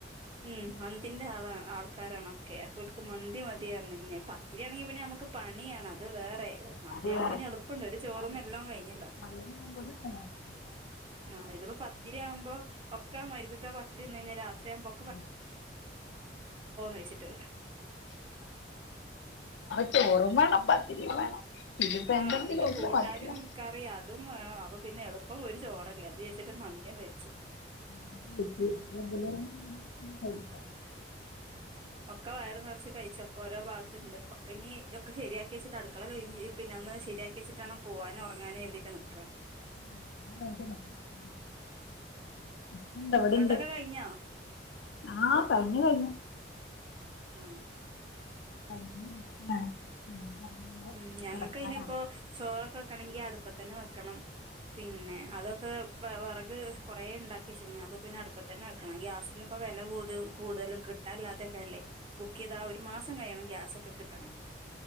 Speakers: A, on the right (about 30°); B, on the left (about 80°).
A: ഉം മന്തിന്റെ ആ ആൾക്കാരാണൊക്കെ അപ്പൊ ഇവർക്ക് മന്തി മതിയ <inaudible> ഇതാണെങ്കി പിന്നെ നമുക്ക് പണിയാണ് അത് വേറെ അ മന്തിയാവുമ്പോ
B: അത് വേറെ
A: പിന്നെ എളുപ്പമണ്ട് ഒരു ചോറും
B: മ-
A: എല്ലാം കഴിഞ്ഞല്ലോ.
B: മഴയാകുമ്പോ ഒരു പ്രയാസമില്ല.
A: ആ ഇതിപ്പോ പത്തിരി ആവുമ്പോ ഒക്കാ മരുപ്പിക്കാ പത്തിരി തിന്ന് കഴിഞ്ഞാ രാത്രി ആകുമ്പോ
B: <inaudible>
A: ചോദിച്ചിട്ട്
B: ചോറ് വേണം. പത്തിരി വേണം. ഇതിപ്പോ
A: ആ
B: എന്തെങ്കിലും
A: എനിക്ക്
B: ഒന്ന്
A: കൂട്ടാരും
B: മതിയല്ലോ
A: കറീം അതും വേണം. അപ്പൊ പിന്നെ എളുപ്പം ഒരു ചോറല്ലേ അത് വെച്ചിട്ട് മന്തി അങ്ങ് വെയ്ച്ചു.
B: <inaudible>
A: <inaudible> ഒക്കെ വയർ നിറച്ച് കഴിച്ചൊക്കെ ഓരോ ഭാഗത്തുണ്ട്. ഒക്ക ഇനി ഒക്കെ ശരിയാക്കി വെച്ചിട്ട് അടുക്കള ക്ലീൻ ചെയ പിന്നെ ഒന്ന് ശരിയാക്കി വെച്ചിട്ടാണ് പോവാനും ഉറങ്ങാനും <inaudible> നിൽക്കാണ്.
B: <inaudible> എന്തവിടെ
A: ഇങ്ങൾതൊക്കെ
B: ണ്ട്
A: കഴിഞ്ഞോ
B: ആ കഴിഞ്ഞു കഴിഞ്ഞു
A: ആ
B: <unintelligible>
A: ഉം ഞങ്ങൾക്ക്
B: കിടക്കാനാണ്
A: അയ്ന്പ്പോ ചോറൊക്കെ വെക്കണെങ്കി അടുപ്പത്തന്നെ വെക്കണം പിന്നെ അതൊക്കെ വറക് കൊറേ ഇണ്ടാക്കി അപ്പൊ പിന്നെ അടുപ്പത്തന്നെ വെയ്ക്കണം ഗ്യാസിന് ഇപ്പൊ വെല കൂ കൂടുതലും കിട്ടാല്ലാ ത്തൊക്കെയല്ലേ ബുക്കെയ്താ ഒരു മാസം കഴിയണം ഗ്യാസൊക്കെ കിട്ടണെങ്കി